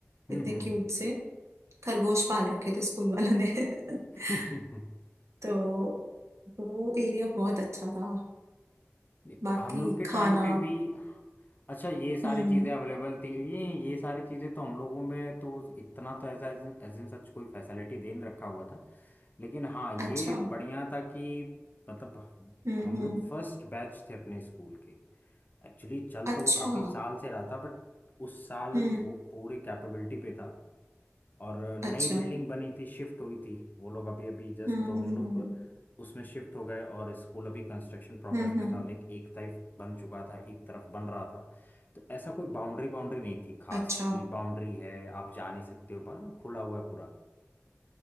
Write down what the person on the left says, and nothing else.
हम्म
हम्म। <laughs>
नहीं,
हम लोग के
टाइम पे भी अच्छा ये सारी
चीजें अवेलेबल थी ये ये सारी चीजें तो हम लोगों में तो इतना तो ऐसा एज इन सच कोई फैसिलिटी दे नहीं रखा हुआ था लेकिन हाँ
ये बढ़िया था कि मतलब
हम
लोग फर्स्ट बैच थे अपने स्कूल के एक्चुअली चल
तो वो काफी साल से रहा था बट उस साल
वो पूरी कैपेबिलिटी पे था और नई
बिल्डिंग बनी थी शिफ्ट हुई थी वो लोग अभी अभी जस्ट
तो हम
लोग
उसमें शिफ्ट हो गए और स्कूल अभी कंस्ट्रक्शन प्रोग्रेस
में
था लेकिन एक तरफ बन चुका था एक तरफ बन रहा था तो ऐसा कोई बाउंड्री बाउंड्री नहीं थी खास
कि बाउंड्री है आप जा नहीं सकते हो बाहर खुला हुआ है पूरा